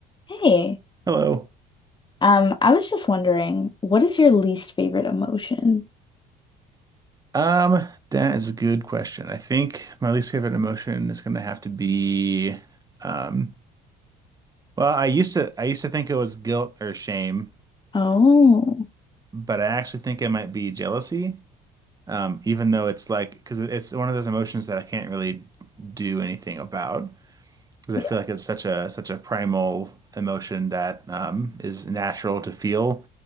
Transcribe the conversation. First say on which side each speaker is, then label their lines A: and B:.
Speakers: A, on the left; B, on the right.
A: Hey,
B: Hello.
A: um, I was just wondering, what is your least favorite emotion?
B: Um, that is a good question. I think my least favorite emotion is going to have to be, um, well, I used to I used to think it was guilt or shame,
A: Oh,
B: but I actually think it might be jealousy. Um, even though it's like because it's one of those emotions that I can't really do anything about because
A: yeah,
B: I feel like it's such a such a primal emotion that um, is natural to feel,